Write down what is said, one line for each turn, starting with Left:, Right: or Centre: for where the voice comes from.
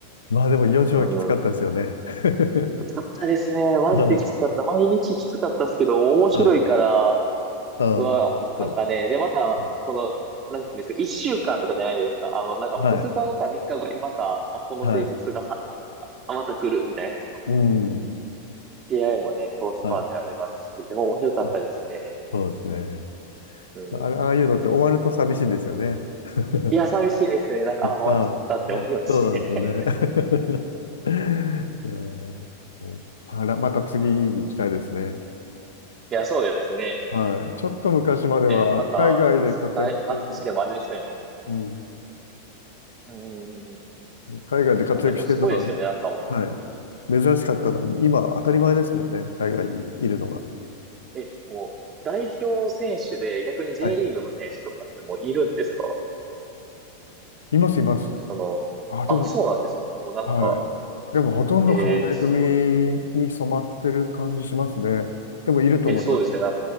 Left: まあでも4時はきつかったですよね。
Right: うん。
Left: <laughs>
Right: きつかったですね。マジできつかった。
Left: はい。
Right: 毎日きつかったですけど、面白いから、
Left: はい。ああ、
Right: うわ、
Left: そうで
Right: なんかね、で、また、
Left: すね。
Right: この、なんていうんですか、一週間とかじゃないですか。あの、なんか二日後か三日後にまた、
Left: はい、
Right: あ、この生活がは、
Left: はい、
Right: あまた来るみたいな。
Left: うん、
Right: PI もね、コースパンでありますし、
Left: はい、
Right: でも面白かったですね。
Left: あそうですね。
Right: うん。
Left: あれ、ああいうのって終わると寂しいんですよね。<laughs>
Right: いや、寂しいですね。なんか、あ、終わっちゃったって思いますしね。
Left: はい、そうなんですね。
Right: <laughs>
Left: <laughs> いやー、パラ、また次に行きたいですね。
Right: いや、そうですね。
Left: はい。ちょっと昔までは、
Right: ねまた、
Left: 海外で活躍してるのが、
Right: 来、あ、次でもあれですよね。
Left: うん。
Right: うん。
Left: 海外で活躍してるのが、
Right: そっかでもすごいですよね。なんかも
Left: はい。珍しかったのに、今、当たり前ですもんね。海外にいるのが。
Right: う。え、もう、代表選手で逆に J
Left: はい。
Right: リーグの選手とかってもういるんですか
Left: います、います。
Right: その、
Left: あ、
Right: あ、
Left: でも、
Right: そうなんですか。もうなんか、
Left: はい。でもほとんど海外組に染まってる感じしますね。
Right: えー、そう、
Left: でもいると思いますよ。
Right: えーそうですね。な